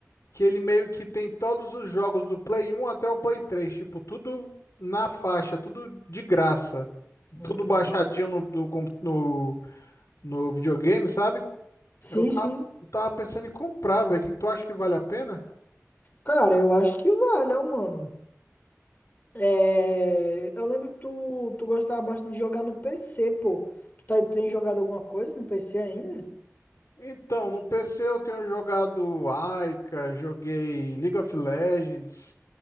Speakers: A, on the left; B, on the left.
A: que ele meio que tem todos os jogos do Play um até o Play três. tipo, tudo na faixa, tudo de graça,
B: Hum.
A: tudo baixadinho no, no, com- no, no videogame, sabe?
B: Sim,
A: Eu tava,
B: sim.
A: eu tava pensando em comprar, velho, o que que tu acha que vale a pena?
B: Cara, eu acho que vale, ó, mano. É... Eu lembro que tu, tu gostava bastante de jogar no PC, pô. Tu tá, tem jogado alguma coisa no PC ainda?
A: Então, no PC eu tenho jogado Aika, joguei League of Legends.